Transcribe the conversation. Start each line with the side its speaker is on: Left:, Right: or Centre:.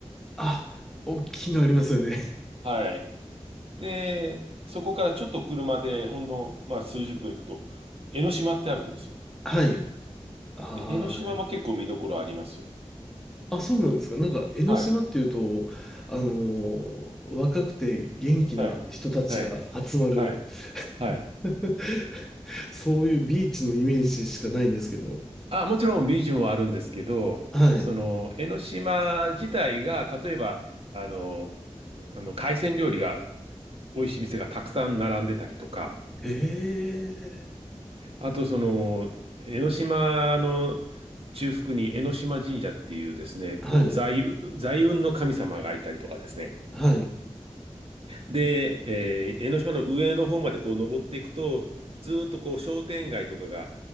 Centre: あ、大きいのありますよね。
Right: はい。で、そこからちょっと車で、ほんの、まあ、数十分行くと、江ノ島ってあるんですよね。
Centre: <laughs> はい。あ
Right: で、江ノ島も結構見どころありますよ。
Centre: あ、あ、そうなんですか。なんか、江ノ島っていうと、
Right: はい。
Centre: あのー若くて元気な人たちが集まる
Right: はい。はい。はい。はい。
Centre: <laughs> そういうビーチのイメージしかないんですけど。
Right: あ、もちろんビーチもあるんですけど、
Centre: はい。
Right: その江ノ島自体が、例えば、あの、あの海鮮料理が美味しい店がたくさん並んでたりとか、
Centre: へえ。
Right: あとその江ノ島の中腹に江ノ島神社っていうですね、こう財、
Centre: はい。
Right: 財運の神様がいたりとかですね。
Centre: はい。
Right: で、えー江ノ島の上の方までこう登っていくと、ずーっとこう商店街とかが